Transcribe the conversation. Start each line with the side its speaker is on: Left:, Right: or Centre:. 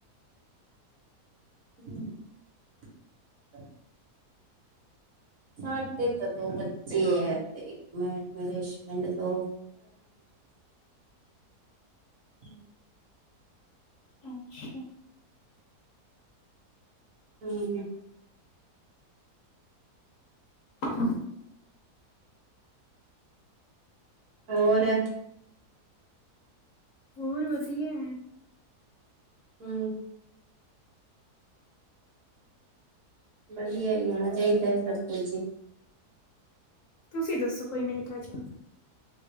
Right: <inaudible> ਸਾਡੇ ਤਾਂ ਦੋ ਬੱਚੇ ਐ ਤੇ ਇੱਕ ਮੈਂ। ਮੇਰੇ ਹਸਬੈਂਡ ਤੋਂ ਹੂ।
Left: ਅੱਛਾ!
Right: ਹੂੰ।
Left: <inaudible>
Right: ਹੋਰ?
Left: ਹੋਰ ਵਧੀਆ ਐ।
Right: ਹੂ। ਵਧੀਏ ਹੀ ਹੋਣਾ ਚਾਹੀਦਾ, ਸਭ ਕੁਝ।
Left: ਤੁਸੀਂ ਦੱਸੋ ਕੋਈ ਨਵੀਂ ਤਾਜ਼ੀ?